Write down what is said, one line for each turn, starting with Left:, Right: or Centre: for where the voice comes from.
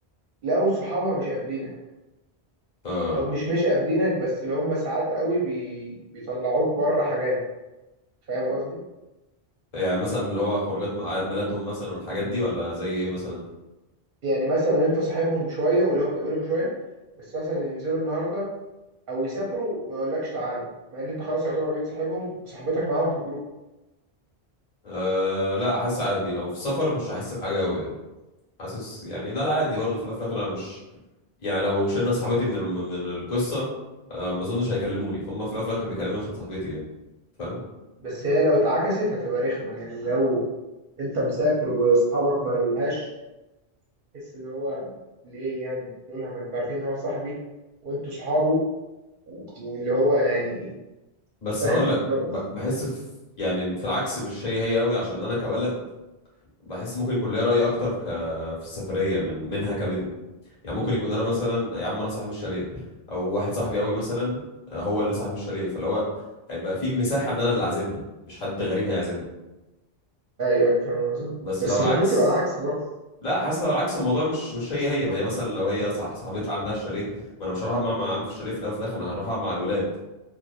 Right: لو صحابها مش قابلينك
Left: اه
Right: او مش مش قابلينك بس اللي هم ساعات قوي بي... بيطلعوك بره حاجات فاهم قصدي
Left: يعني مثلا اللي هو خروجات اعياد ميلادهم مثلا والحاجات دي ولا زي ايه مثلا
Right: يعني مثلا انت صاحبهم شويه واللي هو بتقابلهم شويه بس مثلا ينزلوا النهارده او يسافروا وما يقولكش تعالى مع ان انت خلاص يعتبر بقيت صاحبهم وصاحبتك معاهم في الجروب
Left: أه لا حاسس عادي لو في سفر مش هحس بحاجه قوي يعني حاسس يعني ده العادي برضه في الاول وفي الاخر انا مش يعني لو شلنا صاحبتي من الم... من القصه آه، ما اظنش هيكلموني فهم في الاول وفي الاخر بيكلموني عشان صاحبتي يعني فاهم
Right: بس هي لو اتعكست هتبقى رخمه يعني لو انت مسافر واصحابك ما قالولهاش تحس اللي هو ليه يعني ما تقولها ما انتوا عارفين ان هو صاحبي وانتوا صحابه واللي هو يعني
Left: بس
Right: فاهم
Left: هقول لك
Right: لو-
Left: ب- بحس في يعني في العكس مش هي هي قوي عشان انا كولد بحس ممكن يكون ليا راي اكتر ك... في السفريه من منها كبنت يعني ممكن يكون انا مثلا يا عم انا صاحب الشاليه او واحد صاحبي قوي مثلا هو اللي صاحب الشاليه فاللي هو هيبقى في المساحه ان انا اللي عازمها مش حد غريب هيعزمها
Right: ايوه انا فاهم قصدي
Left: بس
Right: بس
Left: لو العكس
Right: المفروض تبقى العكس برضه
Left: لا حاسس لو العكس الموضوع مش مش هي هي ما هي مثلا لو هي صح صاحبتها عندها الشاليه ما انا مش هروح أقعد معاها مع عم في الشاليه في الاول وفي الاخر انا هروح أقعد مع الولاد